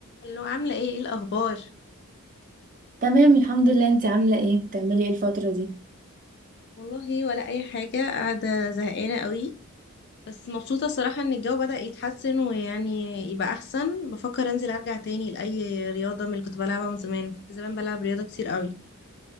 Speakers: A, on the left; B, on the right.
A: اللي هو عاملة ايه ايه الأخبار
B: تمام الحمد لله انت عاملة ايه بتعملي ايه الفترة دي
A: والله ولا أي حاجة قاعدة زهقانة قوي بس مبسوطة الصراحة إن الجو بدأ يتحسن ويعني يبقى أحسن بفكر أنزل أرجع تاني لأي رياضة من اللي كنت بلعبها من زمان كنت زمان بلعب رياضة كتير قوي